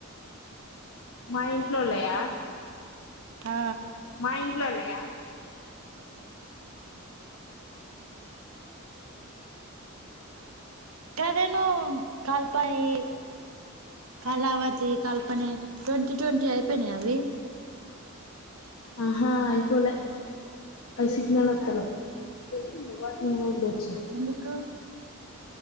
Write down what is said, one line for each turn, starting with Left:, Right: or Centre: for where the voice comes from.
Left: మా ఇంట్లోళ్ళయా
Right: ఆ
Left: మా ఇంట్లోళ్ళయ
Right: గదేనో కల్పాయి కళావతి కల్పనే ట్వంటీ ట్వంటీ అయిపోయినియా అవి
Left: ఆహా అయిపోలే ఇల్ సిగ్నల్ వత్తలే ఇందులో వుండేవి
Right: ఎందుకు